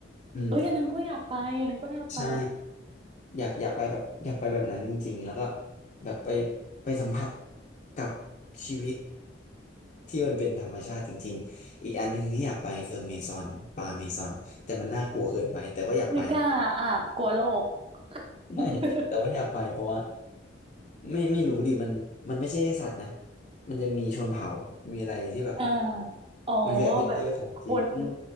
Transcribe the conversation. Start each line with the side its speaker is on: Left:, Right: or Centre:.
Left: อืม
Right: เอ้ยอันนั้นก็อยากไปอันนั้นก็น่าไป
Left: ใช่อยากอยากไปแบบอยากไปแบบนั้นจริงๆแล้วก็แบบไปไปสัมผัสกับชีวิตที่มันเป็นธรรมชาติจริงๆอีกอันหนึ่งที่อยากไปคือเมซอนป่าเมซอนแต่มันน่ากลัวเกินไปแต่ว่าอยากไป
Right: ไม่กล้าอ่ะกลัวโลก
Left: <laughs> ใช่แต่ว่าอยากไปเพราะว่า
Right: <laughs>
Left: ไม่ไม่รู้ดิมันมันไม่ใช่แค่สัตว์นะมันจะมีชนเผ่ามีอะไรที่แบบ
Right: อ่า <laughs> อ๋อ
Left: มันคือแอดเวนเจอร์ของจริงอืม
Right: แบบคน